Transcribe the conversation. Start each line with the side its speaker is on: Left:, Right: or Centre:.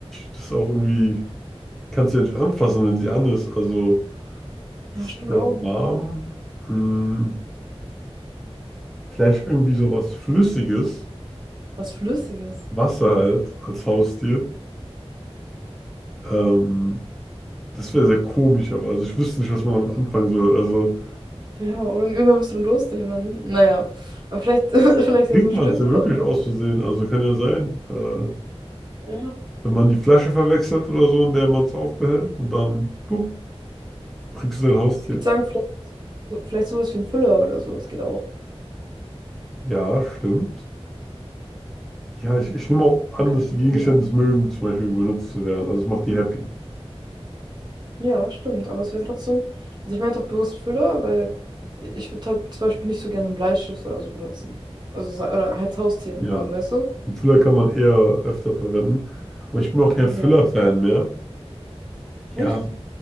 Centre: das ist auch irgendwie, kannst du ja nicht anfassen, wenn sie an ist. Also, das
Right: Ja, stimmt
Centre: wird
Right: auch.
Centre: ja auch warm. Hm, vielleicht irgendwie sowas Flüssiges,
Right: Was Flüssiges.
Centre: Wasser halt, als Haustier. Ähm, das wäre sehr komisch, aber also ich wüsste nicht, was man damit anfangen soll. Also,
Right: Ja, und irgendwann bist du dann durstig und dann, naja. Aber vielleicht, <laughs> vielleicht
Centre: trinkt
Right: ja so ein
Centre: man
Right: Stift
Centre: es ja wirklich
Right: oder so.
Centre: aus Versehen, also kann ja sein. Äh,
Right: Ja.
Centre: wenn man die Flasche verwechselt oder so, in der man es aufbehält und dann, bup, kriegst du dein Haustier.
Right: Ich würde sagen, vielleicht, vielleicht sowas wie ein Füller oder so. Das geht auch.
Centre: Ja, stimmt. Ja, ich, ich nehme auch an,
Right: Man kann
Centre: dass
Right: es
Centre: die Gegenstände
Right: wieder
Centre: es mögen, zum Beispiel benutzt zu werden. Also es macht die happy.
Right: Ja, stimmt, aber es wäre trotzdem, also ich meine doch bewusst Füller, weil ich würde halt zum Beispiel nicht so gerne einen Bleistift oder so benutzen. Also, sa- oder halt Haustier
Centre: Ja,
Right: haben, weißt du?
Centre: einen Füller kann man eher öfter verwenden. Aber ich bin auch kein Füller-Fan
Right: Ja,
Centre: mehr.
Right: echt?
Centre: Ja,